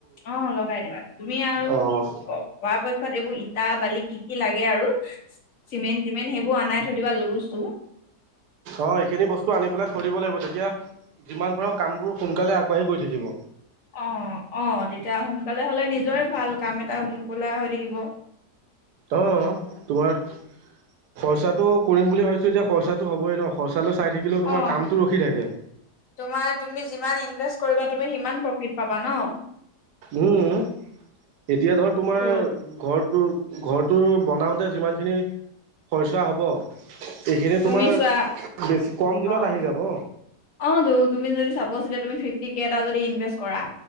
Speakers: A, on the left; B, on the right.
A: অ লগাই দিবা তুমি আৰু
B: অ',
A: প পৰা পক্ষ শেষত এইবোৰ ইটা বালি কি কি লাগে আৰু চিমেণ্ট টিমেণ্ট সেইবোৰ আনাই থৈ দিবা লো চো
B: অ এইখিনি বস্তু আনি পেলাই থৈ দিব লাগিব তেতিয়া যিমান পাৰো কামবোৰ সোনকালে আগবাঢ়ি গৈ থাকিব
A: অ অ তেতিয়া সোনকালে হ'লে নিজৰে ভাল কাম এটা মুকলা হৈ থাকিব
B: অ তোমাৰ খৰচাটো কৰিম বুলি ভাবিছো এতিয়া খৰচাটো হবই ন খৰচালৈ চাই থাকিলেও তোমাৰ
A: অ
B: কামটো ৰখি থাকে
A: তোমাৰ তুমি যিমান ইনভেষ্ট কৰিবা তুমি সিমান প্ৰফিট পাবা ন
B: উম এতিয়া ধৰ তোমাৰ
A: ত'
B: ঘৰত তোৰ ঘৰটো বনাওতে যিমান খিনি খৰচা হ'ব এইখিনি
A: তুমি
B: তোমাৰ
A: চোৱা
B: বেছি কম
A: অ',
B: দিনত আহি যাব।
A: অ তো তুমি যদি চাব আছিলে তুমি ফিফটি কে এটা যদি ইনভেষ্ট কৰা।